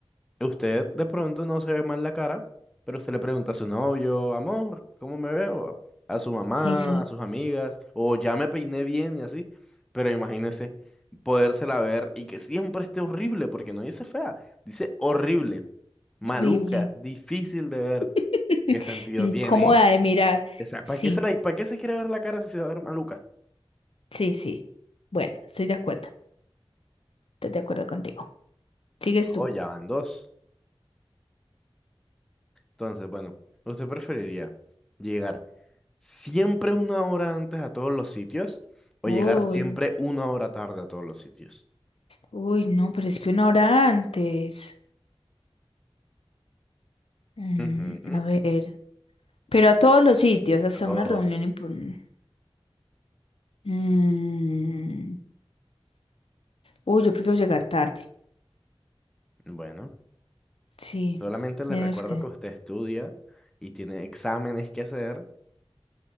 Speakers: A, in the centre; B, on the left.
A: Usted de pronto no se ve mal la cara, pero usted le pregunta a su novio, amor, ¿cómo me veo? A su mamá,
B: Dice,
A: a sus amigas, o ya me peiné bien y así. Pero imagínese podérsela ver y que siempre esté horrible, porque no dice fea, dice horrible, maluca,
B: horrible.
A: difícil de ver.
B: <laughs>
A: ¿Qué sentido
B: Incómoda
A: tiene?
B: de mirar.
A: O sea,
B: Sí,
A: ¿para qué se la- para qué se quiere ver la cara si se va a ver maluca?
B: sí, sí. Bueno, estoy de acuerdo. Estoy de acuerdo contigo. Sigues tú.
A: Oh, ya van dos. Entonces, bueno, ¿usted preferiría llegar siempre una hora antes a todos los sitios o
B: Uy,
A: llegar siempre una hora tarde a todos los sitios?
B: uy, no, pero es que una hora antes. Mm,
A: Ujú.
B: a ver. Pero a todos los sitios, hasta
A: A todos.
B: una reunión importante. Mm. Uy, yo prefiero llegar tarde.
A: Bueno,
B: Sí,
A: solamente les
B: digamos
A: recuerdo
B: que...
A: que usted estudia y tiene exámenes que hacer,